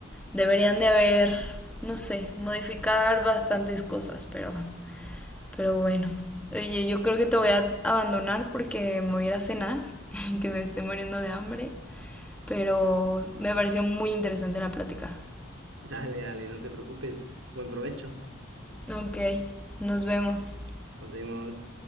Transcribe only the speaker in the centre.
deberían de haber, no sé, modificar bastantes cosas, pero... Pero bueno, oye, yo creo que te voy a abandonar porque me voy a ir a cenar, <laughs> que me estoy muriendo de hambre. Pero me pareció muy interesante la plática.
Ok, nos vemos.